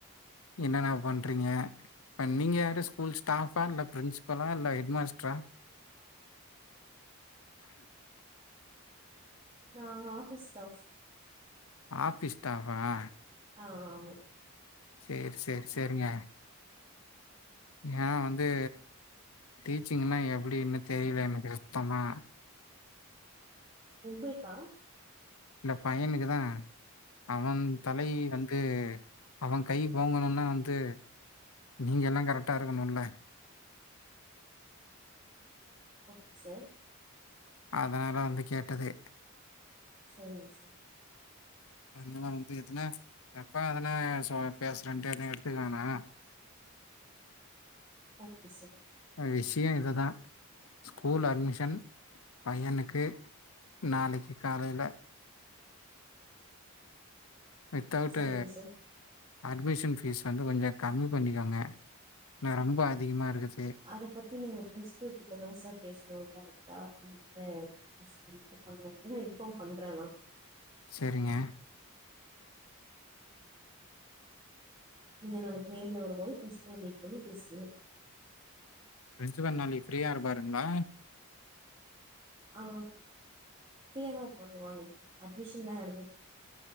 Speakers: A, on the left; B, on the right.
A: என்னென்ன பண்றீங்க இ நீங்க யாரு ஸ்கூல் ஸ்டாஃபா இல்ல பிரின்சிபலா இல்ல ஹெட்மாஸ்டரா <inaudible>
B: நா ஆஃபிஸ் ஸ்டாஃப்
A: ஆஃபிஸ் ஸ்டாஃப் ஆ
B: ஆ ஆமா
A: சேர் சேர் செரிங்க நா வந்து டீச்சிங்னா என்ன எப்டின்னு தெரில எனக்கு சுத்தமா
B: உங்களுக்கா
A: இல்ல பையனுக்கு தா அவன் தலை வந்து அவன் கை ஓங்கணுன்னா வந்து நீங்க எல்லா கரெக்டா இருக்கணுல
B: ஓகே சார்
A: அதனால வந்து கேட்டது
B: செரிங் சார்
A: அதல்லா வந்து எதுனா தப்பா எதனா பேசுறன்ட்டு எடுத்துக்க வேனா
B: ஓகே சார்
A: அ விஷிய இது தா ஸ்கூல் அட்மிஷன் பையனுக்கு நாளைக்கு காலைல வித்தௌவுட்டு
B: சரிங்க சார்
A: அட்மிஷன் ஃபீஸ் வந்து கொஞ்சோ கம்மி பண்ணிக்கோங்க ந ரொம்ப அதிகமா இருக்குது
B: அத பத்தி நீங்க பிரின்ஸ்ஃபல் கிட்டதா சார் பேசனு டேரக்டா பிரின்ஸ்ஃபல்ட வேனா நா இன்ஃபார்ம் பண்ற நா
A: செரிங்க
B: நீங்க நாளைக்கு நேர்ல வரும்போது ஃபிரின்ஸ்பல் வந்து மீட் பண்ணி பேசுங்க
A: பிரின்சிபால் நாளைக்கு ஃப்ரீயா இருப்பாருங்ளா
B: ஆ ஃப்ரீயா தா இருப்பாங்க வாங்க அட்மிஷன் தா நடந்து